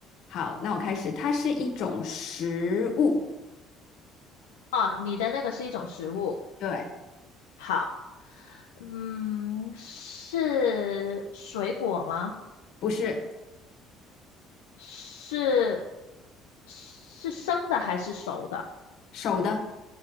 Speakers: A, on the left; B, on the left.
A: 好，那我开始。它是一种食物，
B: 哦，你的那个是一种食物，
A: 对，
B: 好。嗯，是水果吗？
A: 不是
B: 是是生的还是熟的？
A: 手的，